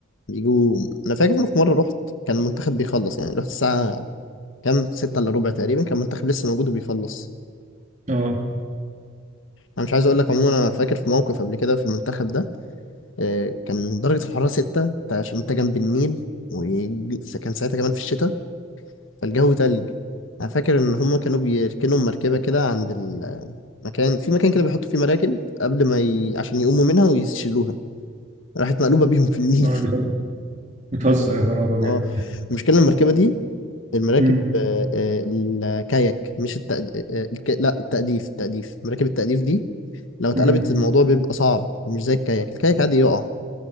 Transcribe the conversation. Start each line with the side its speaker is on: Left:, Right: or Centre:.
Left: بيجوا انا فاكر ان في مره رحت كان المنتخب بيخلص يعني رحت الساعه كام 6 الا ربع تقريبا كان المنتخب لسه موجود وبيخلص
Right: اه
Left: انا مش عايز اقول لك عموما انا فاكر في موقف قبل كده في المنتخب ده آه، كان درجة الحرارة ستة أنت- عشان أنت جنب النيل وكان ساعتها كمان في الشتاء فالجو تلج أنا فاكر إن هما كانوا بيركنوا مركبة كده عند المكان في مكان كده بيحطوا فيه مراكب قبل ما ي... عشان يقوموا منها ويشيلوها راحت مقلوبة بيهم في النيل
Right: اه بت-
Left: <laughs>
Right: بتهزر يا خراب ابيض
Left: اه المشكلة إن المركبة دي المراكب
Right: امم
Left: آه، آه، الكاياك مش الت... آه، آه، الك... لا التأديف التأديف مراكب التأديف دي لو اتقلبت
Right: امم
Left: الموضوع بيبقى صعب مش زي الكاياك الكاياك عادي يقع